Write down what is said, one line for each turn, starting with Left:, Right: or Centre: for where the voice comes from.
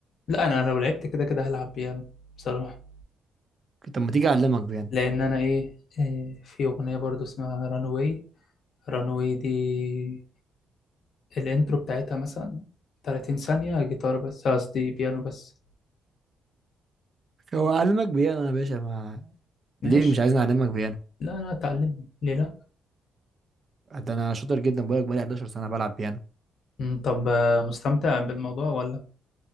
Left: لا أنا لو لعبت كده كده هلعب بيانو بصراحة.
Right: طب ما تيجي اعلمك بيانو
Left: لان انا ايه إيه، في اغنيه برضو اسمها رانوي رانوي دي الانترو بتاعتها مثلا 30 ثانيه جيتار بس آه، قصدي بيانو بس
Right: هو اعلمك بيانو يا باشا ما
Left: ماشي
Right: ليه مش عايزني اعلمك بيانو؟
Left: لا لا اتعلم ليه لا
Right: ده انا شاطر جدا بقولك بقالي 11 سنه بلعب بيانو
Left: مم، طب آه، مستمتع بالموضوع ولا